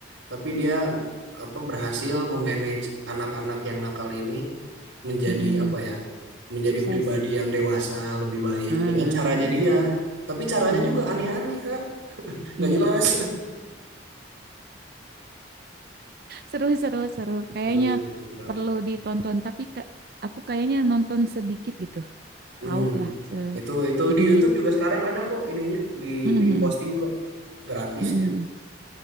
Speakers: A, on the right; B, on the right.
A: tapi dia apa berhasil memanage anak-anak yang nakal ini menjadi
B: Mm-mm.
A: apa ya menjadi
B: Sukses.
A: pribadi yang dewasa lebih baik
B: Ah,
A: dengan caranya
B: iya.
A: dia tapi caranya
B: Iya
A: juga
B: iya
A: aneh-aneh
B: iya.
A: Kak nggak
B: Iya.
A: jelas
B: Seru, seru, seru.
A: <laughs>
B: Kayaknya
A: terus terus Kak
B: perlu ditonton, tapi ke, aku kayaknya nonton sedikit gitu.
A: hmm.
B: Tahu lah. Se,
A: itu itu
B: jadi,
A: di YouTube juga sekarang ada kok ininya di
B: mhm,
A: di
B: mhm.
A: posting kok gratis
B: mhm, mhm.